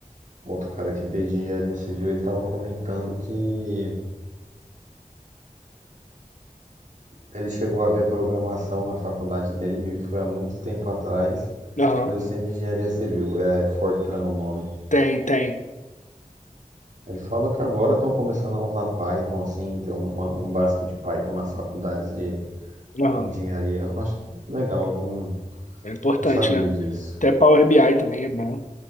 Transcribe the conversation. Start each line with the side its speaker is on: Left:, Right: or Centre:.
Right: Outro cara que veio de engenharia civil, ele estava comentando que ele chegou a ver programação na faculdade dele, e foi há muito tempo atrás,
Left: Aham.
Right: mesmo sendo de engenharia civil, é Fortran o nome.
Left: Tem, tem.
Right: Ele fala que agora estão começando a usar Python, assim, tem um, um básico de Python nas faculdades de,
Left: Aham.
Right: de engenharia. Eu achei legal, eu não,
Left: É importante,
Right: não sabia
Left: né?
Right: disso.
Left: Até Power B I também é bom.